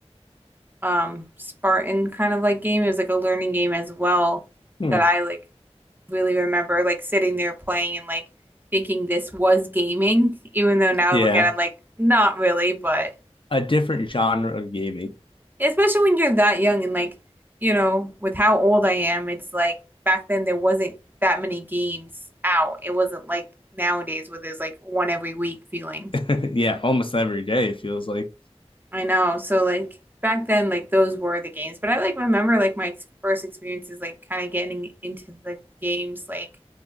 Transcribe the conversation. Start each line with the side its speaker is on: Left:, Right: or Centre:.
Right: um Spartan kind of like game. It was like a learning game as well
Left: Hmm.
Right: that I like really remember like sitting there playing and like thinking this was gaming, even though
Left: Yeah.
Right: now I look at it, I'm like, not really, but
Left: A different genre of gaming.
Right: especially when you're that young and like, you know, with how old I am, it's like back then there wasn't that many games out. It wasn't like nowadays where there's like one every week feeling.
Left: <laughs> yeah. Almost every day, it feels like.
Right: I know. So like back then, like those were the games. But I like remember like my ex- first experiences, like kind of getting into the games. Like,